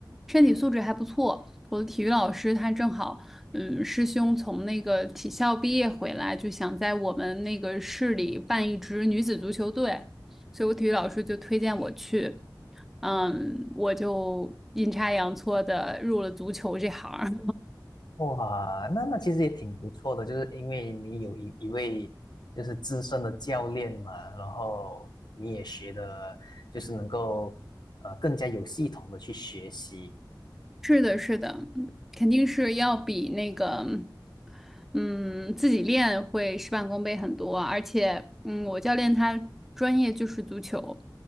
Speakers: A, in the centre; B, on the left.
A: 身体素质还不错。我的体育老师他正好，嗯，师兄从那个体校毕业回来，就想在我们那个市里办一支女子足球队，所以我体育老师就推荐我去，嗯，我就阴差阳错的入了足球这行儿。
B: 哇，那那其实也挺不错的，就是因为你有一一位就是资深的教练嘛，然后你也学的，就是能够呃更加有系统的去学习。
A: 是的，是的，肯定是要比那个，嗯，自己练会事半功倍很多啊。而且，嗯，我教练他专业就是足球，